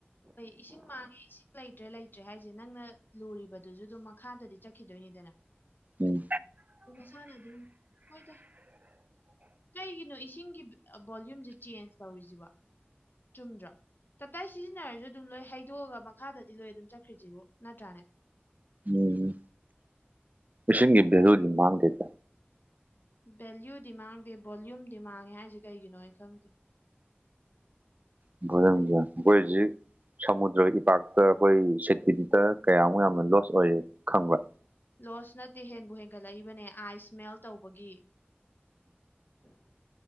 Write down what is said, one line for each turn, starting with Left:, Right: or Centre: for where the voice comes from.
Left: ꯑꯩ ꯏꯁꯤꯡ ꯃꯥꯡꯉꯦ ꯏꯁꯤꯡ ꯂꯩꯇ꯭ꯔꯦ ꯂꯩꯇ꯭ꯔꯦ ꯍꯥꯏꯁꯦ ꯅꯪꯅ ꯂꯨꯔꯤꯕꯗꯨꯁꯨ ꯑꯗꯨꯝ ꯃꯈꯥꯗꯗꯤ ꯆꯠꯈꯤꯗꯣꯏꯅꯤꯗꯅ꯫
Right: ꯎꯝ
Left: ꯑꯗꯨ ꯃꯁꯥꯅ ꯑꯗꯨꯝ ꯍꯣꯏꯗ꯫ ꯀꯩꯒꯤꯅꯣ ꯏꯁꯤꯡꯒꯤ ꯚꯣꯂ꯭ꯌꯨꯝꯁꯦ ꯆꯦꯟꯖ ꯇꯧꯔꯤꯁꯤꯕꯣ ꯆꯨꯝꯗ꯭ꯔꯥ꯫ ꯇꯞꯇꯥꯏ ꯁꯤꯖꯤꯟꯅꯔꯁꯨ ꯑꯗꯨꯝ ꯂꯣꯏ ꯍꯩꯗꯣꯛꯑꯒ ꯃꯈꯥꯗꯗꯤ ꯂꯣꯏ ꯑꯗꯨꯝ ꯆꯠꯈ꯭ꯔꯤꯁꯤꯕꯨ ꯅꯠꯇ꯭ꯔꯥꯅꯦ꯫
Right: ꯎꯝ ꯏꯁꯤꯡꯒꯤ ꯚꯦꯂꯨꯗꯤ ꯃꯥꯥꯡꯗꯦꯗ꯫
Left: ꯚꯦꯂꯌꯨꯗꯤ ꯃꯥꯡꯗꯦ ꯚꯣꯂ꯭ꯌꯨꯝꯗꯤ ꯃꯥꯡꯉꯦ ꯍꯥꯏꯁꯦ ꯀꯩꯒꯤꯅꯣ ꯑꯩ ꯈꯪꯗꯦ꯫
Right: <unintelligible> ꯀꯣꯏꯖꯤꯛ ꯁꯃꯨꯗ꯭ꯔꯒꯤ ꯏꯄꯥꯛꯇ ꯑꯩꯈꯣꯏ ꯁꯦꯟꯇꯤꯃꯤꯇꯔ ꯀꯌꯥꯃꯨꯛ ꯌꯥꯝꯅ ꯂꯣꯁ ꯑꯣꯏꯌꯦ ꯈꯪꯕ꯭ꯔꯥ?
Left: ꯂꯣꯁ ꯅꯠꯇꯦ ꯍꯦꯟꯕꯨ ꯍꯦꯟꯒꯠꯂꯛꯏꯕꯅꯦ ꯑꯥꯏꯁ ꯃꯦꯜ ꯇꯧꯕꯒꯤ꯫ <inaudible>